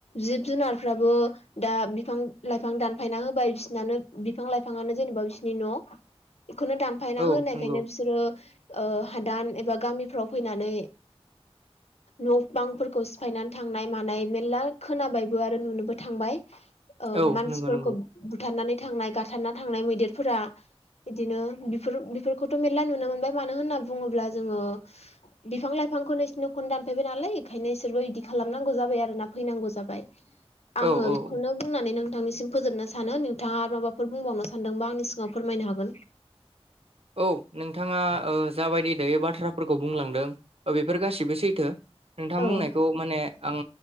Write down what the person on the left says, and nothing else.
जिब जुनारफ्राबो दा बिफां लाइफां दानफायना होबाय बिसिनानो बिफां लाइफाङानो जेनेबा बिसिनि न' इखौनो दानफायना
होनायखायनो
बिसोरो ओ हादान एबा गामिफ्राव फैनानै न' बांफोरखौ सिफायनानै थांनाय मानाय मेरला खोनाबायबो आरो नुनोबो थांबाय ओ
मानसिफोरखौ
बुथारनानै थांनाय गाथारना थांनाय मैदेरफोरा बिदिनो बिफोर बिफोरखौथ‌ मेरला नुनो मोनबाय मानो होनना बुङोब्ला जोङो बिफां लाइफांखौ इसोरनि न'खौनो दानफायबाय नालाय ओंखायनो इसोरबो बिदि खालामनांगौ जाबाय आरोना फैनांगौ जाबाय
आङो
इखौनो बुंनानै नोंथांनिसिम फोजोबनो सानो नोंथाङा आरो माबाफोर बुंबावनो सानदोंबा आंनि सिगाङाव फोरमायनो हागोन
औ